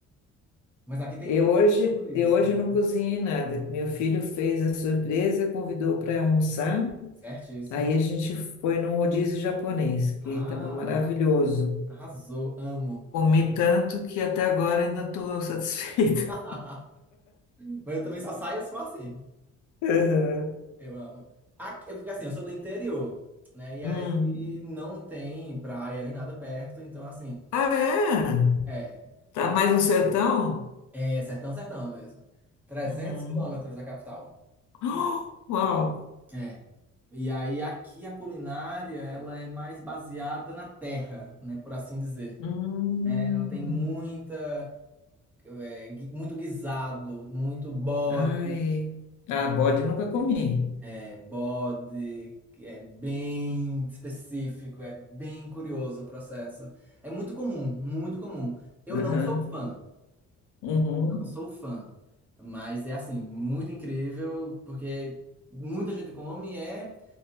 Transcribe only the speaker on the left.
Eu
hoje,
eu hoje
não cozinhei nada. Meu filho fez a surpresa, convidou para almoçar.
Aí a gente foi num rodízio japonês, que
estava maravilhoso.
Comi tanto que até agora ainda estou satisfeita.
<laughs>
Aham. Hum.
Ah, é?
Tá mais no sertão?
Uhum.
<gasps> Oh, uau!
Hum.
Ai. Ah, bode nunca comi.
Aham.
Uhum.